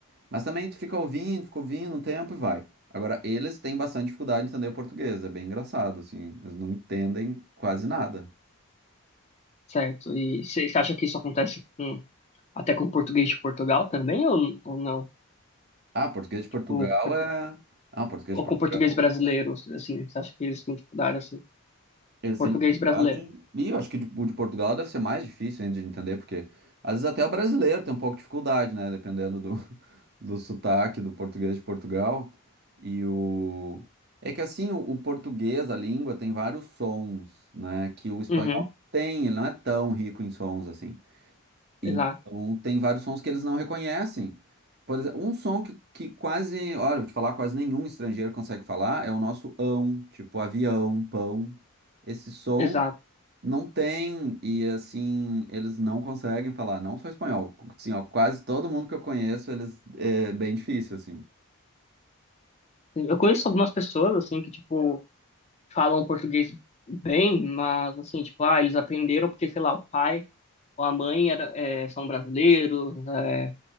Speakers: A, on the right (about 45°); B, on the left (about 30°).
A: Mas também tu fica ouvindo, fica ouvindo um tempo e vai. Agora, eles têm bastante dificuldade de entender o português, é bem engraçado assim, eles não entendem quase nada.
B: certo. E você acha que isso acontece com, até com o português de Portugal também, ou, ou não?
A: Ah, português de Portugal
B: Ou, com por-
A: é. Ah, português
B: ou
A: de Portugal.
B: com o português brasileiro, assim? Você acha que eles têm dificuldade, assim?
A: Eles
B: Português
A: têm dificuldade.
B: brasileiro.
A: E eu acho que de- o de Portugal deve ser mais difícil ainda de entender, porque às vezes até o brasileiro tem um pouco de dificuldade, né? Dependendo do, <laughs> do sotaque do português de Portugal. E o. É que assim, o, o português, a língua, tem vários sons, né? Que o espanhol
B: Uhum,
A: não tem, ele não é tão rico em sons assim.
B: exato,
A: Então, tem vários sons que eles não reconhecem. Por exemplo, um som que, que quase, olha, vou te falar, quase nenhum estrangeiro consegue falar é o nosso ão, tipo avião, pão. Esse som
B: exato.
A: não tem, e assim, eles não conseguem falar, não só espanhol. Assim, ó, quase todo mundo que eu conheço, eles, é bem difícil, assim.
B: Eu conheço algumas pessoas, assim, que, tipo, falam português bem, mas, assim, tipo, ah, eles aprenderam porque, sei lá, o pai ou a mãe era, é, são brasileiros, é,